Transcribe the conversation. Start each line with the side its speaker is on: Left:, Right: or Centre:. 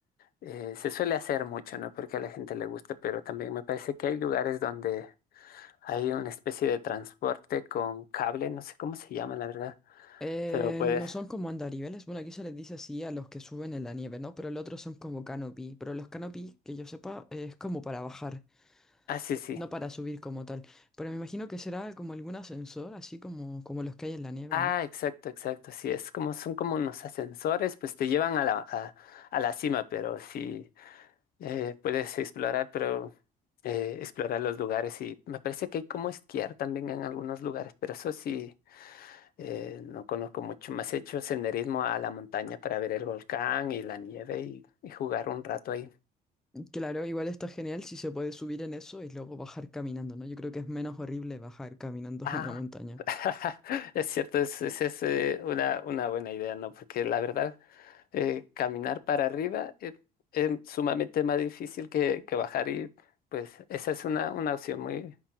Left: eh, se suele hacer mucho, ¿no? Porque a la gente le gusta, pero también me parece que hay lugares donde hay una especie de transporte con cable, no sé cómo se llama, la verdad,
Centre: Eh,
Left: pero puedes...
Centre: no son como andariveles, bueno, aquí se les dice así a los que suben en la nieve, ¿no? Pero el otro son como canopy, pero los canopy, que yo sepa, eh, es como para bajar,
Left: Ah, sí, sí.
Centre: no para subir como tal. Pero me imagino que será como algún ascensor, así como, como los que hay en la nieve,
Left: Ah,
Centre: ¿no?
Left: exacto, exacto. Sí, es como son como unos ascensores, pues te llevan a la, a, a la cima, pero sí eh, puedes explorar, pero eh, explorar los lugares y me parece que hay como esquiar también en algunos lugares, pero eso sí eh, no conozco mucho. Más he hecho senderismo a la montaña para ver el volcán y la nieve y, y jugar un rato ahí.
Centre: Claro, igual está genial si se puede subir en eso y luego bajar caminando, ¿no? Yo creo que es menos horrible bajar caminando
Left: Ah,
Centre: <laughs> una montaña.
Left: <laughs> es cierto, es, es, es, eh, una, una buena idea, ¿no? Porque la verdad eh, caminar para arriba eh, es sumamente más difícil que, que bajar y pues esa es una, una opción muy